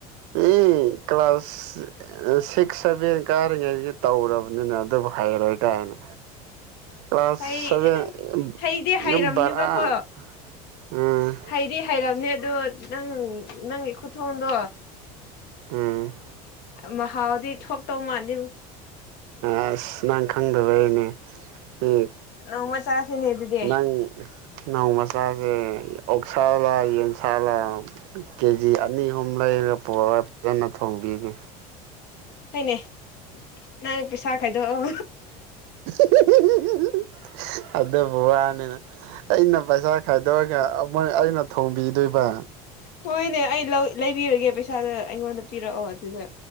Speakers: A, on the right (about 70°); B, on the left (about 60°).
A: ꯑꯦ ꯀ꯭ꯂꯥꯁ ꯁꯤꯛꯁ ꯁꯚꯦꯟ ꯀꯥꯔꯤꯉꯩꯗꯒꯤ ꯇꯧꯔꯕꯅꯤꯅ ꯑꯗꯨꯕꯨ ꯍꯩꯔꯣꯏ ꯀꯥꯏꯅ ꯀ꯭ꯂꯥꯁ
B: ꯍꯩ
A: ꯁꯚꯦꯟ
B: ꯍꯩꯗꯤ ꯍꯩꯔꯝꯅꯦꯕꯀꯣ
A: ꯌꯨꯝ ꯕꯔꯥ ꯎꯝ
B: ꯍꯩꯗꯤ ꯍꯩꯔꯝꯅꯦ ꯑꯗꯨꯗꯣ ꯅꯪ ꯅꯪ ꯈꯨꯊꯗꯣ
A: ꯎꯝ
B: ꯃꯍꯥꯗꯤ ꯄꯤ ꯍ ꯇꯧ ꯃꯥꯟꯅꯤ
A: ꯑꯁ ꯅꯪ ꯈꯪꯗꯕ ꯑꯩꯅꯦ ꯎꯝ
B: ꯅꯣꯡꯃ ꯆꯥꯁꯤꯅꯦ ꯑꯗꯨꯗꯤ
A: ꯅꯪ ꯅꯧ ꯃꯆꯥꯁꯦ ꯑꯣꯛ ꯁꯥꯥꯜꯂ ꯌꯦꯟꯁꯥꯂ ꯀꯦꯖꯤ ꯑꯅꯤ ꯑꯍꯨꯝ ꯂꯩꯔꯒ ꯄꯨꯔꯒ ꯐꯖꯅ ꯊꯣꯡꯕꯤꯒꯦ
B: ꯍꯩꯅꯦ ꯅꯪ ꯄꯩꯁꯥ ꯈꯥꯏꯗꯣꯛꯑꯣ
A: <unintelligible> ꯑꯗꯨꯕꯨ ꯋꯥꯅꯤꯅ ꯑꯩꯅ ꯄꯩꯁꯥ ꯈꯥꯏꯗꯣꯛꯑꯒꯣꯏ ꯑꯩꯅ ꯊꯣꯡꯕꯤꯗꯣꯏꯕ
B: ꯍꯣꯏꯅꯦ ꯑꯩ ꯂꯧ ꯂꯩꯕꯤꯔꯒꯦ ꯄꯩꯁꯥꯗ ꯑꯩꯉꯣꯟꯗ ꯄꯤꯔꯛꯑꯣ ꯑꯗꯨꯗ